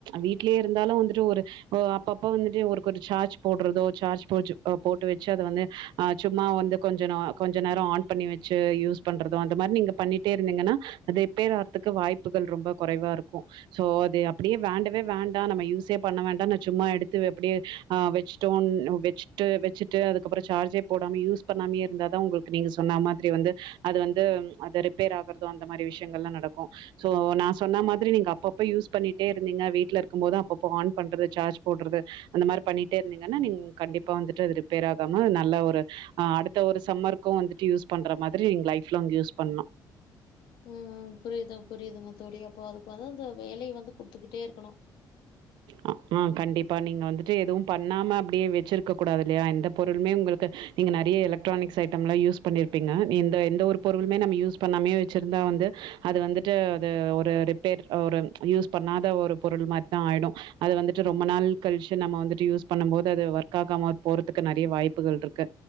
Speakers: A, on the right (about 80°); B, on the left (about 70°).
A: வீட்லே இருந்தாலு வந்துட்டு ஒரு ஓ அப்பப்ப வந்துட்டு ஒருக் ஒரு சார்ஜ் போட்றதோ சார்ஜ் போச்சி அ போட்டு வச்சு அது வந்து ஆ சும்மா வந்து கொஞ்ச நா கொஞ்சோ நேரோ ஆன் பண்ணி வச்சு யூஸ் பண்றது அந்த மாரி நீங்க பண்ணிட்டே இருந்தீங்கன்னா ரிப்பேர் ஆறத்துக்கு வாய்ப்புகள் ரொம்ப குறைவா இருக்கு சோ அது அப்டியே வேண்டவே வேண் டா நம்ம யூஸ்சே பண்ண வேண்டா நா சும்மா எடுத்து அப்டியே ஆ வச்சுட்டோன் வச் ட்டு வச்சிட்டு அதுக்கப்றோ சார்ஜே போடாம யூஸ் பண்ணாமே இருந்தா தா உங்குளுக்கு நீங்க சொன்னா மாதிரி வந்து அது வந்து அது ரிப்பேர் ஆகுறதோ அந்த மாரி விஷயங்கள்லா நடக்கு சோ நா சொன்ன மாதிரி நீங்க அப்பப்ப யூஸ் பண்ணிட்டே இருந்தீங்க வீட்லருக் க்கும்போது அப்பப்ப ஆன் பண்றது சார்ஜ் போட்றது அந்த மாரி பண்ணிட்டே இருந்தீங்கன்னா நீங்க கண்டிப்பா வந்துட்டு அது ரிப்பேர் ஆகாம நல்ல ஒரு ஆ அடுத்த ஒரு சம்மருக்கு வந்துட்டு யூஸ் பண்ற மாதிரி நீங்க ஃலைப் லாங் யூஸ் பண்ணு
B: ம் ம் புரியுதுங்க புரியுதுங்க தோழி அப்போ அதுக்கு வந்து அந்த வேலை வந்து குடுத்துகிட்டே இருக்குணு <inaudible>
A: அ ஆ கண்டிப்பா நீங்க வந்துட்டு எதுவு பண்ணாம அப்டியே வச்சிருக்க கூடாது இல்லையா எந்த பொருளுமே உங்குளுக்கு நீங்க நறைய எலக்ட்ரானிக்ஸ் ஐட்டம்லா யூஸ் பண்ணிருப்பீங்க நீ எந்த எந்த ஒரு பொருளுமே நம்ம யூஸ் பண்ணாமயே வச்சுருந்தா வந்து அது வந்துட்டு அது ஒரு ரிப்பேர் ஒரு யூஸ் பண்ணாத ஒரு பொருள் மாரி தா ஆயிடு அது வந்துட்டு ரொம்ப நாள் கழிச்சு நம்ம வந்துட்டு யூஸ் பண்ணும்போது அது ஒர்க் ஆகாம போறத்துக்கு நறைய வாய்ப்புகள்ருக்கு